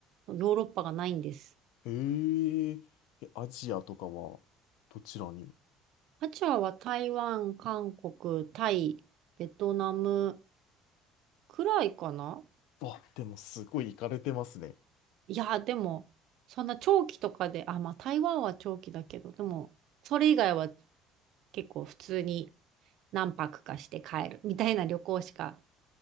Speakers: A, on the right; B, on the left.
A: ヨーロッパがないんです。
B: へえ、え、アジアとかはどちらに
A: アジアは台湾、韓国、タイ、ベトナム、くらいかな
B: わ、でもすごい行かれてますね。
A: いや、でも、そんな長期とかで、あ、まあ台湾は長期だけど、でも、それ以外は結構普通に何泊かして帰るみたいな旅行しか